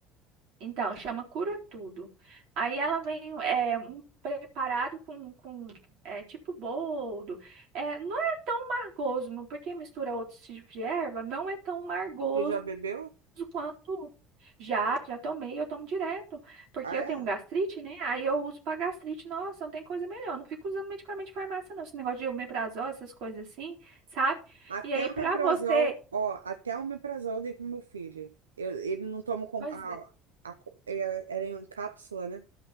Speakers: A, on the right; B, on the right.
A: Então, chama cura tudo. Aí ela vem é, um preparado com, com é, tipo boldo. É, não é tão margoso, não, porque mistura outros tipos de erva, não é tão margoso
B: Tu já bebeu?
A: quanto. Já, já tomei, eu tomo direto, porque
B: Ah,
A: eu
B: é?
A: tenho um gastrite, né? Aí eu uso pra gastrite, nossa, não tem coisa melhor. Não fico usando medicamento de farmácia, não. Esse negócio de omeprazol, essas coisas assim, sabe?
B: Até
A: E aí,
B: o
A: pra
B: omeprazol,
A: você.
B: ó, até o omeprazol eu dei pro meu filho. Eu- ele não toma com,
A: Pois
B: a,
A: é,
B: a, co- é- era em cápsula, né?